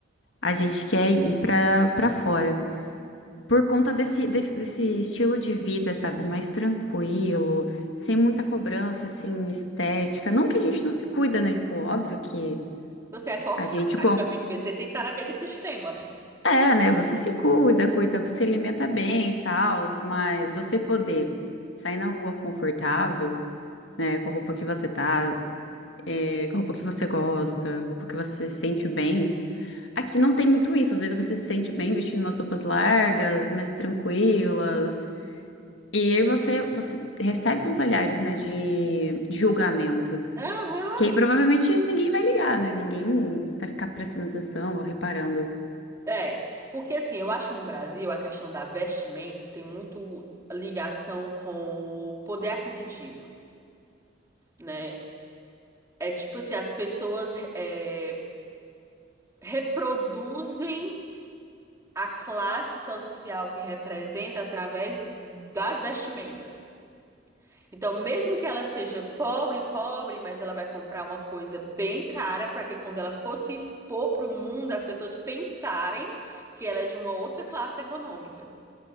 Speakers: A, on the left (about 80°); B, on the right (about 15°).
A: A gente quer ir pra, pra fora. Por conta desse, de- desse estilo de vida, sabe? Mais tranquilo, sem muita cobrança, assim, estética. Não que a gente não se cuida, né? Tipo, óbvio que
B: Você é forçado,
A: a gente.
B: praticamente, porque você tem que estar naquele sistema, né?
A: É, né? Você se cuida, cuida, se alimenta bem e tal, mas você poder sair na rua confortável, né? Com a roupa que você tá, é, com a roupa que você gosta, roupa que você se sente bem. Aqui não tem muito isso. Às vezes você se sente bem vestindo umas roupas largas, mais tranquilas. E aí você, você recebe uns olhares, né, de de julgamento.
B: Aham.
A: Que aí provavelmente ninguém vai ligar, né? Ninguém vai ficar prestando atenção ou reparando.
B: É, porque assim, eu acho que no Brasil a questão da vestimenta tem muito ligação com o poder aquisitivo, né? É tipo assim, as pessoas é, reproduzem a classe social que representa através das vestimentas. Então, mesmo que ela seja pobre, pobre, mas ela vai comprar uma coisa bem cara para que quando ela for se expor para o mundo, as pessoas pensarem que ela é de uma outra classe econômica.